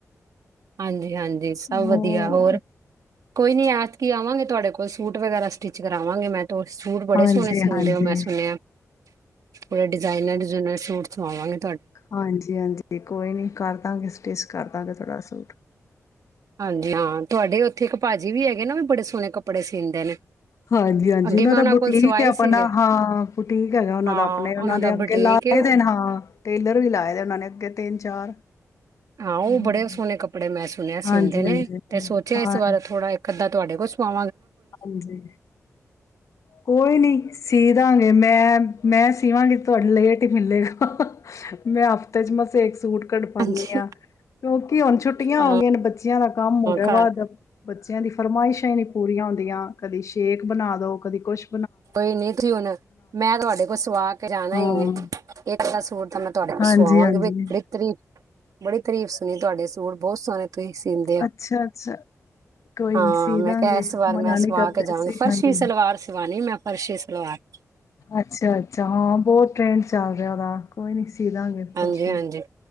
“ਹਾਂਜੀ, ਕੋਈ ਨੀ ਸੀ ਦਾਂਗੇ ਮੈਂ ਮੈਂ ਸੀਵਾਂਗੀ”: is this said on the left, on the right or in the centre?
Left